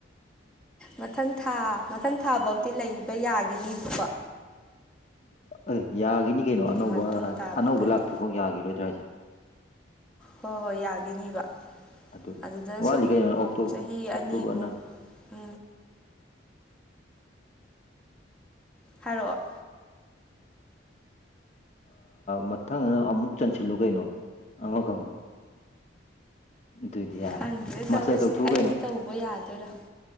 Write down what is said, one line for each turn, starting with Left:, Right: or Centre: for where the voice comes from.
Centre: ꯃꯊꯪ ꯊꯥ ꯃꯊꯪ ꯊꯥꯐꯧꯗꯤꯤ ꯂꯩꯕ ꯌꯥꯈꯤꯅꯤꯕꯀꯣ
Left: ꯑꯦ ꯌꯥꯒꯤꯅꯤ ꯀꯩꯅꯣ ꯑꯅꯧꯕ
Centre: ꯃꯇꯨꯡ ꯇꯥꯕꯗꯗꯤ
Left: ꯑꯅꯧꯕ ꯂꯥꯛꯇ꯭ꯔꯤꯐꯥꯎ ꯌꯥꯒꯤꯔꯣꯏꯗ꯭ꯔꯥ ꯍꯥꯏꯁꯦ
Centre: ꯍꯣꯏ ꯍꯣꯏ ꯌꯥꯒꯤꯅꯦꯕ
Left: ꯑꯗꯨꯅꯤ
Centre: ꯑꯗꯨꯗ
Left: ꯋꯥꯠꯂꯤ
Centre: ꯁꯨꯝ
Left: ꯀꯩꯅꯣ ꯑꯣꯛꯇꯣꯕꯔ
Centre: ꯆꯍꯤ
Left: ꯑꯣꯛꯇꯣꯕꯔꯅ
Centre: ꯑꯅꯤꯕꯨ ꯎ ꯍꯥꯏꯔꯛꯑꯣ
Left: ꯃꯊꯪ ꯑꯃꯨꯛ ꯆꯟꯁꯤꯜꯂꯨ ꯀꯩꯅꯣ ꯑꯃꯒ ꯑꯃꯨꯛ ꯑꯗꯨꯏꯗꯤ ꯌꯥꯔꯦ
Centre: ꯈꯪꯗ꯭ꯔꯦ
Left: ꯃꯥꯁꯇꯔ
Centre: ꯇꯧꯔꯤꯁꯦ
Left: ꯇꯧꯊꯣꯛꯎ
Centre: ꯑꯅꯤ ꯇꯧꯕ ꯌꯥꯗꯣꯏꯔꯣ